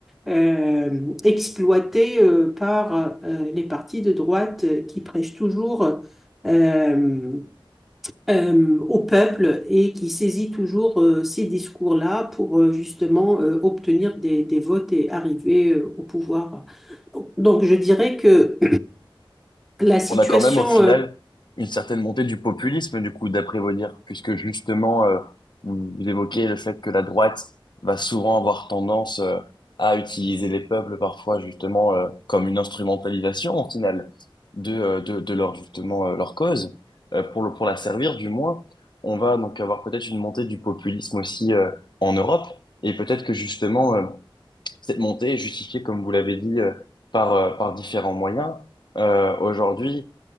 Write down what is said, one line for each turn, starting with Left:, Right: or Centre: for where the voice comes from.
Centre: euh, exploité euh, par euh, les partis de droite euh, qui prêchent toujours euh, euh, au peuple et qui saisit toujours euh, ces discours-là pour euh, justement euh, obtenir des, des votes et arriver euh, au pouvoir. Donc je dirais que la situation...
Left: on a quand même au final
Centre: euh,
Left: une certaine montée du populisme, du coup, d'après vos dires, puisque justement, euh, vous vous évoquez le fait que la droite va souvent avoir tendance euh, à utiliser les peuples parfois justement euh, comme une instrumentalisation au final de, euh, de, de leur justement euh, leur cause, euh, pour le, pour la servir du moins. On va donc avoir peut-être une montée du populisme aussi euh, en Europe, et peut-être que justement, euh, cette montée est justifiée, comme vous l'avez dit, euh, par, euh, par différents moyens. Euh, aujourd'hui,